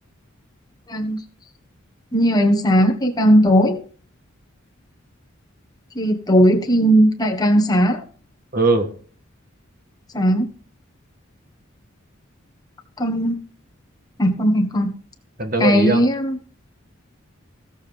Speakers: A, on the left; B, on the right.
A: càng nhiều ánh sáng thì càng tối thì tối thì lại càng sáng
B: ừ
A: sáng còn phải không phải con
B: cần tớ
A: cái
B: gợi ý không
A: um,